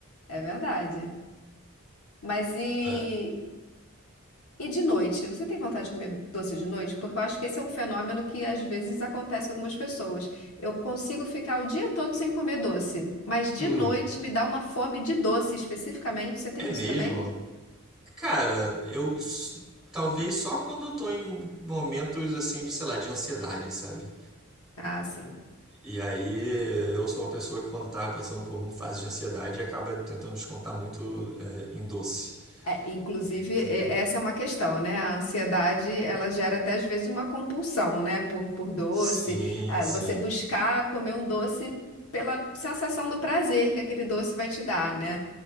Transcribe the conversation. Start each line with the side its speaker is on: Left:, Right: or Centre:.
Left: é verdade. Mas e,
Centre: É,
Left: E de noite, você tem vontade de comer doce de noite? Porque eu acho que esse é um fenômeno que às vezes acontece com algumas pessoas. Eu consigo ficar o dia todo sem comer doce, mas de
Centre: hum,
Left: noite me dá uma fome de doce especificamente. Você tem
Centre: é
Left: isso
Centre: mesmo?
Left: também?
Centre: Cara, eu s- talvez só quando eu tô em momentos assim de, sei lá, de ansiedade, sabe?
Left: Ah, sim.
Centre: E aí eu sou uma pessoa que quando tá passando por uma fase de ansiedade acaba tentando descontar muito é, em doce.
Left: É, inclusive,
Centre: Então,
Left: e- essa é uma questão, né? A ansiedade, ela gera até às vezes uma compulsão, né? Por, por doce.
Centre: sim,
Left: Ah,
Centre: sim,
Left: você buscar comer um doce pela sensação do prazer que aquele doce vai te dar, né?